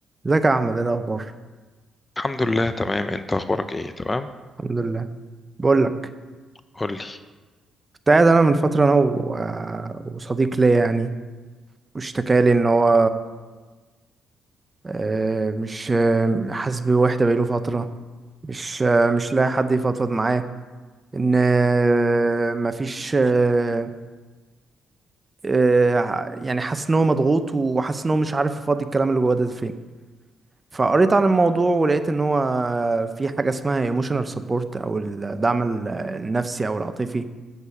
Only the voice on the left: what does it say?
الحمد لله تمام انت اخبارك ايه تمام
قولي